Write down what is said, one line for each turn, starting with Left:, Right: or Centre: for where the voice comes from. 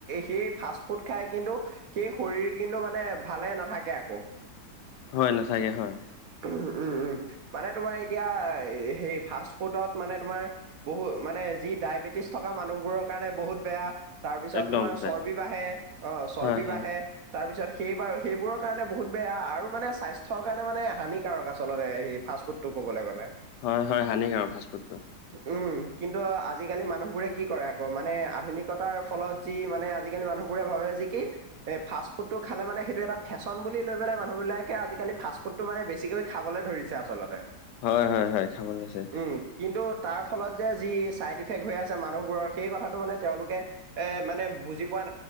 Right: সেই ফাষ্ট ফুড খাই কিন্তু সেই শৰীৰ কিন্তু মানে ভালে নাথাকে আকৌ
Left: হয় নাচাকে হয়
Right: উম, উম, মানে তোমাৰ এতিয়া সে ফা ফুডত মানে তোমাৰ বহু মানে যি ডবেটি থকা মানুহবোৰৰ কাৰণে বহুত বেয়া তাৰ পিছত
Left: একদম
Right: তোমাৰ
Left: বেয়া
Right: চৰ্বি বাঢ়ে অ চৰ্বি
Left: হয় হয়
Right: বাঢ়ে তাৰ পিছত সেইবাৰ সেইবোৰৰ কাৰণে বহুত বেয়া আৰু মানে স্বাস্থ থ কাৰণে মানে হানিকাৰক আচলতে সি ফাষ্ট ফুড টো ক'বলৈ গ'লে
Left: হয় হয় হানিকাৰক ফাষ্টফুডটো
Right: উম, কিন্তু আজিকালি মানুহবোৰে কি কৰে আকৌ মানে আধুনিকতাৰ ফলত যি মানে আজিকালি মানুহবোৰে ভাবে যি কি এ ফাষ্ট ফুডটো খালে মানে সেইটো এটা ফেশ্বন বুলি লৈ পেললে মানুহ বিলাকে আজিকালি ফাষ্টফুডটো মানে বেছিকৈ খাবলৈ ধৰিছে আচলতে
Left: হয় হয় হয় খাব লাগছে
Right: উম, কিন্তু তাৰ ফলত যে যি চাইড ইফেক্ট হৈ আছে মানুহবোৰৰ সেই কথাটো মানে তেওঁলোকে এ মানে বুজি পোৱা